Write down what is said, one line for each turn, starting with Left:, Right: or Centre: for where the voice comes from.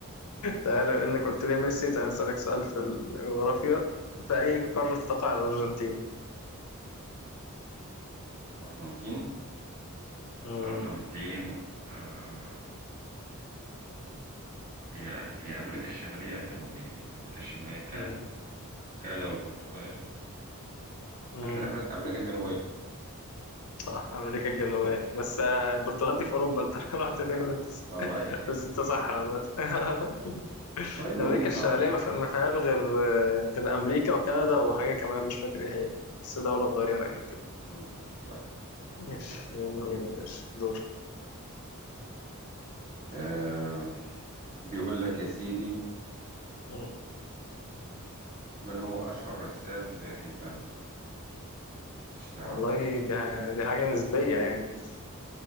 Right: مم.
Left: تعالى انك قلت لي ميسي تعالى نسألك سؤال في الجغرافيا في أي قارة تقع الأرجنتين؟
Right: الارجنتين
Left: مم.
Right: الأرجنتين آه هي هي أمريكا الشمالية يا الجنوبية أمريكا الشمالية كندا
Left: مم.
Right: كندا والبرتغال
Left: مم.
Right: هتلاقي أمريكا أمريكا الجنوبية
Left: صح أمريكا الجنوبية بس آه، البرتغال دي في أوروبا أنت <laughs> رحت فين بس
Right: والله <laughs>
Left: بس أنت صح بس. <laughs>
Right: طيب الأم
Left: أمريكا
Right: صح
Left: الشمالية ما ف- ما فيهاش غير آه، غير أمريكا وكندا وحاجة كمان مش فاكر إيه هي بس دولة صغيرة يعني كده
Right: مم. صح
Left: ماشي
Right: أمريكا وكندا
Left: يلا بينا ماشي دور
Right: آه بيقول لك يا سيدي
Left: مم.
Right: من هو أشهر رسام في تاريخ الفن مش تعرفها
Left: والله
Right: دي
Left: دي ح- دي حاجة نسبية يعني <laughs>